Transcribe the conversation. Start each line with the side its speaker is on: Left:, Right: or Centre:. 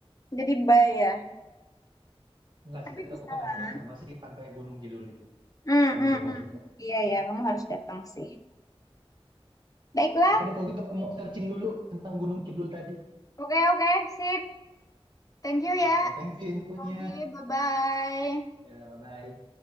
Left: Jadi bayar.
Right: Enggak
Left: Tapi
Right: sih, tapi
Left: bisa
Right: aku penasaran
Left: lah.
Right: sama si pantai Gunung Kidul itu.
Left: Hmm,
Right: Pengen
Left: hmm,
Right: coba
Left: hmm.
Right: juga.
Left: Iya ya, kamu harus datang sih. Baiklah.
Right: Oke deh, kalau gitu aku mau searching dulu tentang Gunung Kidul tadi.
Left: Oke, oke, sip. Thank you ya,
Right: Oke, thank you infonya.
Left: Robby. Bye-bye.
Right: Ya, bye.